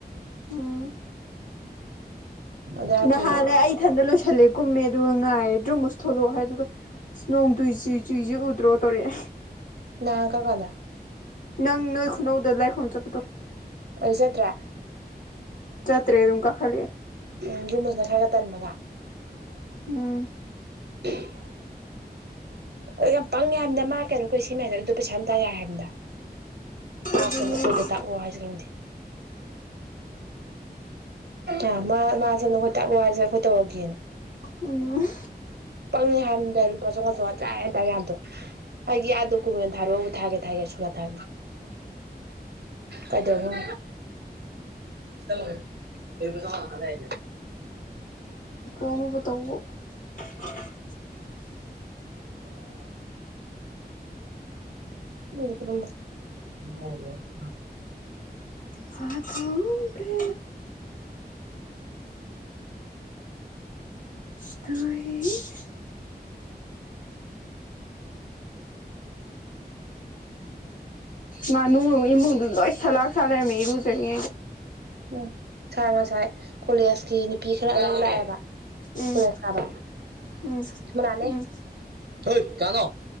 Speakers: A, on the left; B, on the right.
A: ꯎꯝ
B: ꯑꯗꯨ
A: ꯅꯍꯥꯟꯅꯩ ꯑꯩ ꯏꯊꯟꯗ ꯂꯣꯏꯁꯤꯜꯂꯦ ꯀꯨꯝꯃꯦ ꯑꯗꯨꯒ ꯉꯥꯏꯔꯦ ꯗ꯭ꯔꯨꯝꯃꯨꯁ ꯊꯣꯛꯂꯛꯑꯣ ꯍꯥꯏ ꯑꯗꯨꯒ ꯅꯣꯡ ꯇꯨꯏ ꯆꯨꯏ ꯆꯨꯏꯖꯦ ꯎꯗ꯭ꯔꯣ ꯇꯧꯔꯛꯑꯦ꯫
B: ꯅꯍꯟ ꯀꯝ ꯀꯟꯗ
A: ꯅꯪ ꯅꯣꯏ ꯈꯨꯅꯧꯗ ꯂꯥꯏꯈꯝꯔꯝ ꯆꯠꯄꯗꯣ꯫
B: ꯑꯗꯖꯠꯇ꯭ꯔꯦ
A: ꯆꯠꯇ꯭ꯔꯦ ꯑꯗꯨꯝ ꯀꯈꯠꯂꯛ ꯑꯦ꯫
B: ꯎꯝ ꯗ꯭ꯔꯨꯝꯃꯨꯁꯅ ꯈꯔꯒ ꯇꯟꯕꯒ ꯃꯖꯥ
A: ꯎꯝ
B: <inaudible> ꯑ ꯌꯥꯝ ꯄꯪꯉꯦ ꯍꯥꯏꯃꯗ ꯃꯥ ꯀꯩꯅꯣ ꯀꯨꯁꯤ ꯃꯅꯔꯗꯨ ꯄꯩꯁꯥꯝꯇꯥꯥ ꯌꯥ ꯍꯥꯏꯕꯗ꯫ ꯃꯥ
A: ꯑꯗꯨꯅꯤ
B: ꯁꯦꯝꯅ ꯑꯈꯣꯏꯗ ꯇꯥꯛꯂꯣ ꯍꯥꯏꯁꯤꯔ ꯈꯪꯗꯦ꯫ ꯑ ꯃꯥ ꯃꯥꯁꯦ ꯅꯈꯣꯏ ꯇꯥꯛ ꯋꯥꯏꯁꯦ ꯑꯩꯈꯣꯏ ꯇꯧꯔꯒꯦꯅ
A: ꯎꯝ
B: ꯄꯪꯉꯦ ꯍꯥꯏꯝꯗꯥꯏ ꯂꯨꯄꯥ ꯆꯥꯝꯉꯥ ꯆꯉ ꯆꯦꯇꯥꯔꯦꯗꯣ ꯑꯩꯒꯤ ꯑꯥ ꯗꯣꯀꯨꯃꯦꯟ ꯊꯥꯔꯛꯑꯣꯕꯨ ꯊꯥꯒꯦ ꯊꯥꯒꯦ ꯁꯨ ꯊꯥ ꯀꯗꯣꯃ ꯐ ꯍꯥꯏ
A: ꯇꯣꯡꯉꯕꯨ ꯇꯧꯕ ꯑ
B: ꯗꯤ
A: ꯍꯥꯊꯣꯡ ꯊꯦ ꯑꯗꯨ ꯅꯅꯨ ꯏꯃꯨꯡꯗꯨ ꯂꯣꯏ ꯆꯂꯥꯛꯁꯂꯦꯃꯦ ꯏꯔꯨꯖꯔꯤ
B: ꯎꯝ ꯁꯥꯔ ꯉꯁꯥꯏ ꯀꯣꯂꯦꯖꯀꯤ ꯅꯨꯄꯤ ꯈꯔ ꯂꯧ ꯂꯥꯛꯑꯦꯕ
A: ꯎꯝ
B: ꯐꯔꯁꯕ
A: ꯎꯝ
B: ꯆꯃꯅꯥꯅꯦ
A: ꯎꯝ
B: ꯍꯣꯏ ꯀꯥꯅꯣ